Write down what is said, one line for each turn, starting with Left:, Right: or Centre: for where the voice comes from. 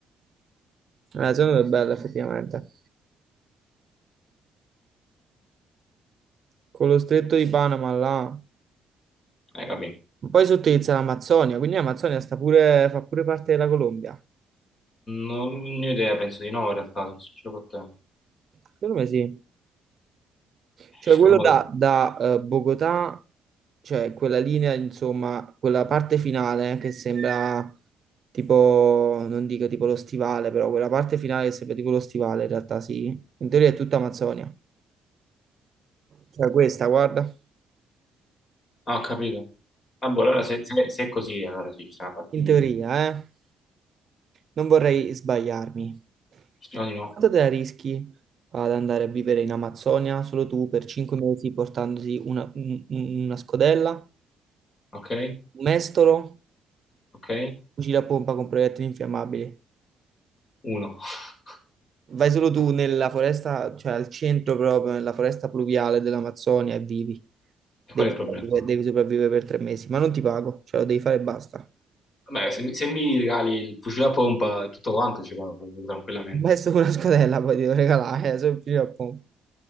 Right: La zona è bella effettivamente. Con lo stretto di Panama là.
Left: Eh, capì.
Right: Ma Poi sottilizza l'Amazzonia, quindi l'Amazzonia sta pure, fa pure parte della Colombia.
Left: Non ne ho idea, penso di no, in realtà, sono sincero con te.
Right: Secondo me sì. Cioè
Left: Ci sono
Right: quello
Left: modi-
Right: da, da, eh, Bogotà, cioè quella linea, insomma, quella parte finale che sembra tipo, non dico tipo lo stivale, però quella parte finale che sembra tipo lo stivale, in realtà sì. In teoria è tutta Amazzonia. Cioè questa, guarda.
Left: Ah, ho capito. Ah, boh, allora se, se- se è così, allora sì, ci sarà la parte
Right: in
Left: di...
Right: teoria, eh? Non vorrei sbagliarmi.
Left: Speriamo di no.
Right: Quanto te la rischi ad andare a vivere in Amazzonia solo tu per cinque mesi portandoti una, un- un- una scodella,
Left: Ok?
Right: un mestolo,
Left: Ok?
Right: fucile a pompa con proiettili infiammabili?
Left: Uno. <laughs>
Right: Vai solo tu nella foresta, cioè al centro proprio, nella foresta pluviale dell'Amazzonia e vivi.
Left: E
Right: Devi
Left: qual è il problema?
Right: sopravvivere, devi sopravvivere per tre mesi, ma non ti pago, cioè lo devi fare e basta.
Left: Beh, se, mi se mi regali il fucile a pompa e tutto quanto ci vado tranquillamente.
Right: Un Messo con una scodella poi ti devo regalare, eh, solo il fucile a pompa.